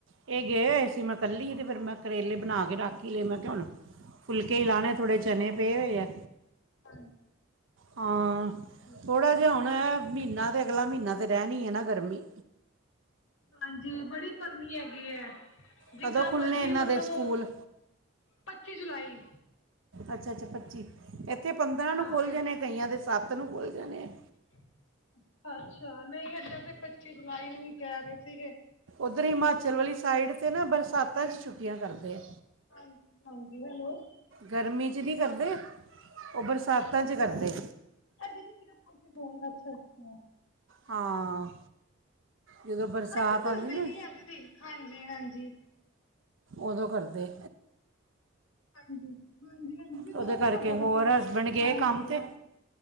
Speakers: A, on the right; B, on the left.
A: ਇਹ ਗਏ ਹੋਏ ਸੀ ਮੈਂ ਕੱਲੀ ਤੇ ਫੇਰ ਮੈਂ ਕਰੇਲੇ ਬਣਾ ਕੇ ਰੱਖ ਹੀ ਲਏ ਮੈਂ ਕਿਹਾ ਹੁਣ ਫੁਲਕੇ ਲਾਣੇ ਥੋੜੇ ਚਣੇ ਪਏ ਹੋਏ ਆ।
B: ਹਾਂਜੀ।
A: ਹਾਂ
B: ਅੱਛਾ
A: ਥੋੜ੍ਹਾ ਜਿਹਾ ਹੋਣਾ, ਮਹੀਨਾ ਤੇ ਅਗਲਾ ਮਹੀਨਾ ਤਾਂ ਰਹਿਣ ਹੀ ਹੈ ਨਾ ਗਰਮੀ।
B: ਹਾਂਜੀ ਬੜੀ ਗਰਮੀ ਹੈਗੀ ਹੈ। ਜਿੰਨਾ
A: ਕਦੋਂ ਖੁੱਲਨੇ
B: ਮਰਜ਼ੀ
A: ਇਹਨਾਂ
B: ਮਤਲਬ
A: ਦੇ ਸਕੂਲ
B: ਔਹ ਪੱਚੀ ਜੁਲਾਈ
A: ਅੱਛਾ, ਅੱਛਾ ਪੱਚੀ, ਇੱਥੇ ਪੰਦਰਾਂ ਨੂੰ
B: ਹਾਂ
A: ਖੁੱਲ ਜਾਣੇ ਆ ਕਈਆਂ ਦੇ ਸੱਤ ਨੂੰ ਖੁੱਲ੍ਹ ਜਾਣੇ ਹੈ।
B: ਅੱ ਅੱਛਾ ਨਹੀਂ ਇੱਦਾਂ ਤੇ ਪੱਚੀ ਜੁਲਾਈ ਨੂੰ ਹੀ ਕਹਿ ਰਹੇ। ਸੀਗੇ
A: ਉੱਧਰ ਹਿਮਾਚਲ ਵਾਲੀ ਸਾਈਡ ਤੇ ਨਾ ਬਰਸਾਤਾਂ ਚ ਛੁੱਟੀਆਂ ਕਰਦੇ ਆ।
B: ਹਾਂਜੀ, ਹਾਂਜੀ ਹੈਲੋ।
A: ਗਰਮੀ ਚ ਨਹੀਂ ਕਰਦੇ ਉਹ ਬਰਸਾਤਾਂ ਚ ਕਰਦੇ।
B: ਏ ਦੀਦੀ ਕਿਦੇ ਫੋਨ ਤੇ ਫੋਨ ਅੱਛਾ, ਅੱਛਾ।
A: ਹਾਂ, ਜਦੋਂ ਬਰਸਾਤ
B: ਹਾਏ ਮੈਨੂੰ ਦੱਸਦੇ
A: ਆਉਂਦੀ ਨਾ
B: ਨੀ ਹੈ ਦੀਦੀ ਹਾਂਜੀ, ਹਾਂਜੀ।
A: ਉਦੋਂ ਕਰਦੇ।
B: ਹਾਂਜੀ, ਹਾਂਜੀ, ਹਾਂਜੀ ਸਿਰਫ
A: ਉਹਦੇ
B: ਦੋ
A: ਕਰਕੇ
B: ਮਿੰਟ ਰੁਕੋ
A: ਹੋਰ
B: ਤੁਸੀਂ
A: ਹਸਬੰਡ ਗਏ
B: ਹਾਂਜੀ
A: ਕੰਮ ਤੇ
B: ਹਾਂ।